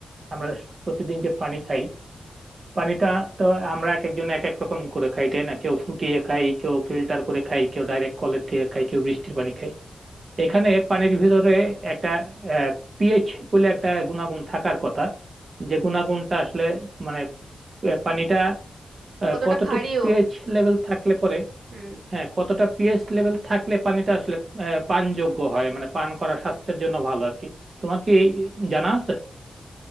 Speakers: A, on the right; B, on the right.
A: আমরা প্রতিদিন যে পানি খাই পানিটা তো আমরা এক একজন এক এক রকম করে খাই তাই না কেউ ফুটিয়ে খাই কেউ ফিল্টার করে খাই কেউ ডাইরেক্ট কলের থেকে খাই কেউ বৃষ্টির পানি খাই এখানে পানির ভিতরে একটা পিএইচ বলে একটা গুণাগুণ থাকার কথা যে গুণাগুণটা আসলে মানে আহ, পানিটা
B: কতটা
A: কতটুকু
B: খাড়িও
A: পিএইচ লেভেল থাকলে পরে
B: হুম
A: হ্যাঁ কতটা পিএইচ লেভেল থাকলে পানিটা আসলে আহ, পানযোগ্য হয় মানে পান করা স্বাস্থ্যের জন্য ভালো আর কি তোমার কি জানা আছে